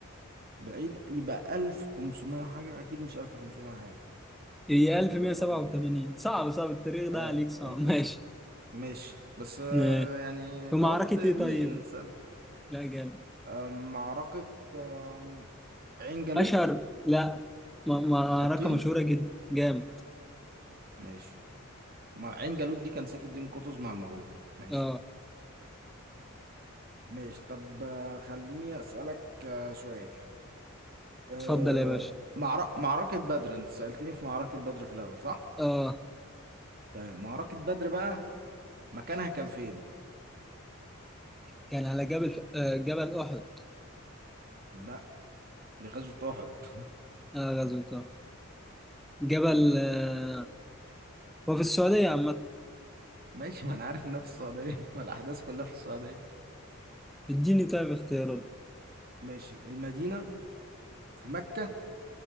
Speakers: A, on the right; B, in the centre.
A: بعيد يبقى 1500 وحاجة أكيد مش 1500 وحاجة
B: هي 1187
A: آه
B: صعب صعب التاريخ
A: آه،
B: ده عليك
A: 1200
B: صعب <laughs> ماشي
A: سنة ماشي بس آه
B: آه،
A: يعني
B: في
A: جاوبت
B: معركة
A: مين
B: ايه طيب
A: أنت سألت
B: لا جامد
A: آه معركة آه عين جالوت
B: اشهر لا م- معركة
A: حطين
B: مشهورة جدا جامد
A: ماشي ما عين جالوت دي كان سيف الدين قطز مع المغول ماشي
B: اه
A: ماشي طب آه، خليني أسألك آه، سؤال أه...
B: اتفضل يا باشا
A: معر... معركة بدر انت سألتني في معركة بدر في الأول صح؟
B: اه
A: تمام معركة بدر بقى مكانها كان فين؟
B: كان على جبل آه، جبل احد
A: لا دي غزوة أحد <laughs>
B: اه غزوة طه جبل آه، هو في السعودية عامة
A: ماشي ما أنا عارف إنها في السعودية <laughs> ما الأحداث كلها في السعودية
B: اديني طيب اختيارات
A: ماشي المدينة في مكة